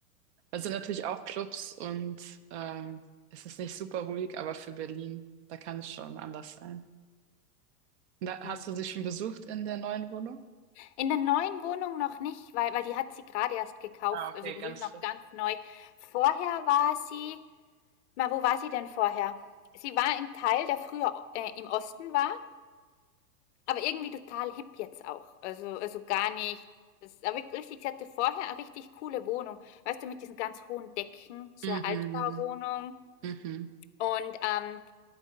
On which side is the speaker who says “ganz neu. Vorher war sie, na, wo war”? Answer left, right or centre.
Left